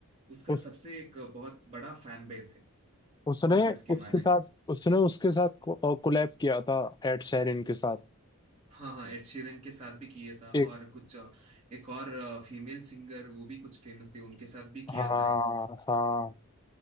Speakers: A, on the right; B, on the left.
A: उसका
B: उस
A: सबसे एक बहुत बड़ा फैन बेस है
B: उसने
A: कॉन्सर्ट्स के
B: उसके
A: मामले
B: साथ
A: में
B: उसने उसके साथ कोलैब किया था एड शेरिन के साथ
A: हाँ हाँ एड शीरन के साथ भी किया था
B: एक
A: और कुछ अ, एक और फीमेल सिंगर वो भी कुछ फेमस थी उनके साथ भी किया
B: हाँ
A: था एक
B: हाँ